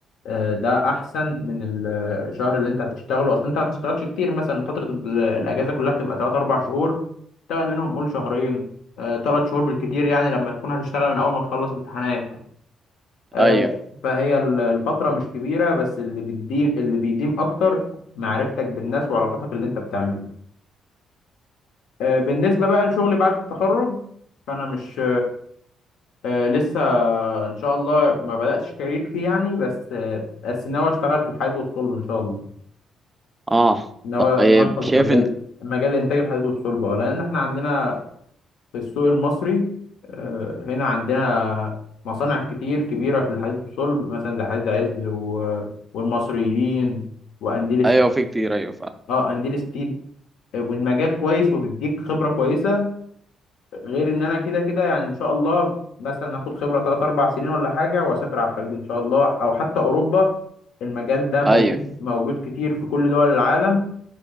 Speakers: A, on the left; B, on the right.
A: آه، ده احسن من الشهر اللي انت هتشتغله اصلا انت ما هتشتغلش كتير مثلا فترة ال- الاجازة كلها بتبقى 3 4 شهور تشتغل منهم قول شهرين 3 شهور بالكتير يعني لما تكون هتشتغل من اول ما تخلص امتحانات آه،
B: ايوه
A: فهي ال- الفترة مش كبيرة بس اللي بتديم اللي بيديم أكتر معرفتك بالناس وعلاقتك اللي أنت بتعمله آه، بالنسبة بقى لشغلي بعد التخرج فأنا مش آه، لسه إن شاء الله ما بدأتش كارير فيه يعني بس آه، بس ناوي أشتغل في الحديد والصلب إن شاء الله
B: اه
A: ناوي
B: طيب
A: ناوي أدخل
B: شايف
A: في مجال
B: انت
A: مجال إنتاج الحديد والصلب أه لأن إحنا عندنا في السوق المصري آه، هنا عندنا مصانع كتير كبيرة في الحديد والصلب مثلا زي حديد عز و... والمصريين وأنديل
B: ايوه
A: س-
B: في كتير ايوه فعلا
A: اه أنديل ستيل آه، والمجال كويس وبيديك خبرة كويسة غير إن أنا كده كده يعني إن شاء الله مثلا آخد خبرة تلات أربع سنين ولا حاجة وأسافر على الخليج إن شاء الله أو حتى أوروبا المجال ده موجود
B: ايوه
A: موجود كتير في كل دول العالم